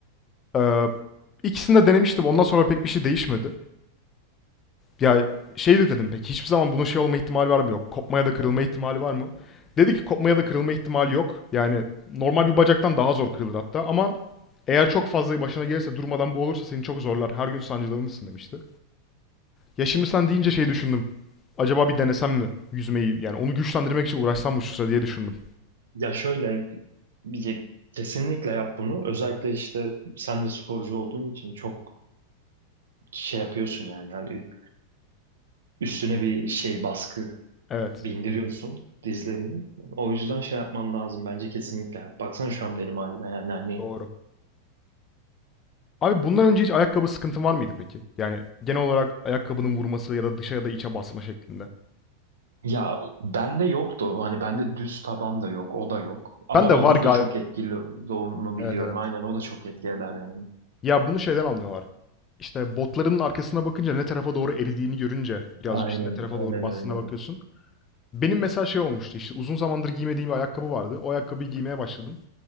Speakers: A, on the left; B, on the right.
A: Ee, ikisini de denemiştim. Ondan sonra pek bir şey değişmedi. Ya şey de dedim peki hiçbir zaman bunun şey olma ihtimali var mı yok? Kopmaya da kırılma ihtimali var mı? Dedi ki kopmaya da kırılma ihtimali yok. Yani normal bir bacaktan daha zor kırılır hatta ama eğer çok fazla başına gelirse durmadan bu olursa seni çok zorlar. Her gün sancılanırsın demişti. Ya şimdi sen deyince şey düşündüm. Acaba bir denesem mi yüzmeyi? Yani onu güçlendirmek için uğraşsam mı şu sıra diye düşündüm.
B: Ya şöyle bir kesinlikle yap bunu. Özellikle işte sen de sporcu olduğun için çok şey yapıyorsun yani. Yani üstüne bir şey baskı
A: Evet,
B: bindiriyorsun dizlerinin. O yüzden şey yapman lazım bence kesinlikle. Baksana şu an benim halime yani hani
A: doğru. Abi bundan önce hiç ayakkabı sıkıntın var mıydı peki? Yani genel olarak ayakkabının vurması ya da dışa ya da içe basma şeklinde.
B: Ya bende yoktu. o. Hani bende düz taban da yok. O da yok. Ama
A: Ben de
B: onun
A: var galiba.
B: da çok etkili olduğunu biliyorum.
A: Evet evet.
B: Aynen o da çok etki eder yani.
A: Ya bunu şeyden anlıyorlar. İşte botların arkasına bakınca ne tarafa doğru eridiğini görünce birazcık
B: Aynen.
A: işte ne tarafa
B: Aynen
A: doğru bastığına
B: öyle.
A: bakıyorsun. Benim mesela şey olmuştu işte uzun zamandır giymediğim bir ayakkabı vardı. O ayakkabıyı giymeye başladım.